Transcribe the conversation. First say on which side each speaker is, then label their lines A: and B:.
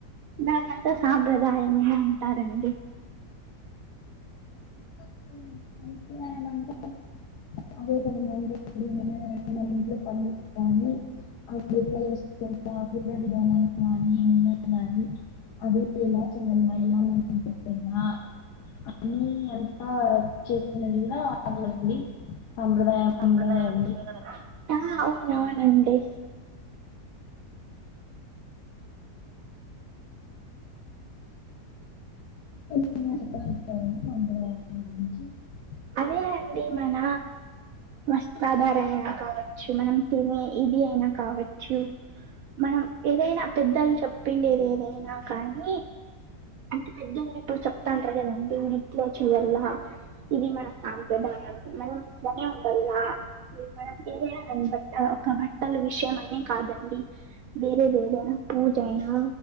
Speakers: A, on the right (about 70°); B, on the left (about 75°).
A: దాన్నంత సాంప్రదాయమని అంటారండి
B: <unintelligible> <unintelligible> <unintelligible> <unintelligible> <unintelligible> సాంప్రదాయంలో
A: సాంప్రదాయం
B: కదండి
A: ఉందికదా అండి ఉంధండి
B: <unintelligible>
A: అదే అండి మన వస్త్రాధారనా కావచ్చు మనం తినే ఇది ఫ్రీ అయినా కావచ్చు మనం ఏదైనా పెద్దలు చెప్పిండేది ఏదైనా కానీ అంటే పెద్దలు ఇప్పుడు చెప్తాంటారు కదండి ఇట్లే చయల్లా ఇది మన సాంప్రదా మనం ఇట్లనే ఉండదిగా మనంర బట్ట ఒక బట్టల విషయం అనే కాదు కాదండి వేరే ఏదైనా పూజయినా